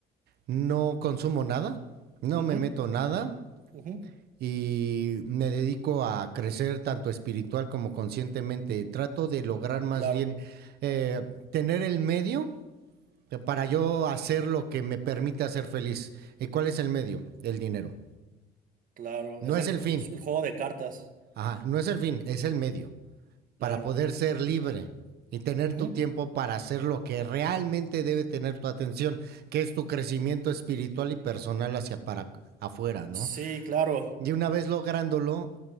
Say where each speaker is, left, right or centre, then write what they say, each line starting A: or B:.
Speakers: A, on the right; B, on the right.
A: no consumo nada, no
B: Ujú,
A: me meto nada
B: ujú,
A: y me dedico a crecer tanto espiritual como conscientemente. Trato de lograr más
B: claro.
A: bien eh, tener el medio para yo hacer lo que me permita ser feliz. ¿Y cuál es el medio? El dinero.
B: Claro,
A: No
B: es
A: es
B: el,
A: el
B: jue-
A: fin.
B: el juego de cartas,
A: Ajá, no es el fin, es el medio.
B: claro.
A: Para poder ser libre y tener
B: Ujú.
A: tu tiempo para hacer lo que realmente debe tener tu atención, que es tu crecimiento espiritual y personal hacia para afuera, ¿no?
B: Sí, claro.
A: Y una vez lográndolo,